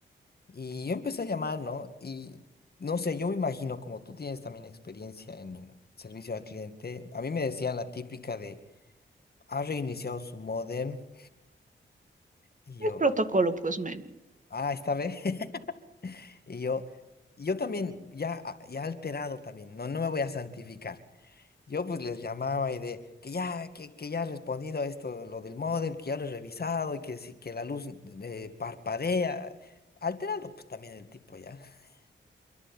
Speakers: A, on the left; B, on the right.
A: Y yo empecé a llamar, ¿no? Y no sé, yo me imagino, como tú tienes también experiencia en servicio al cliente, a mí me decían la típica de, ha reiniciado su modem. Y
B: Es
A: yo,
B: protocolo, pues, men.
A: ah, esta vez. <laughs> Y yo, y yo también, ya, a- ya alterado también, no, no me voy a santificar. Yo pues les llamaba y de que ya, que, que ya ha respondido esto, lo del módem, que ya lo he revisado y que sí, que la luz eh, parpadea. Alterado pues también el tipo ya. <laughs>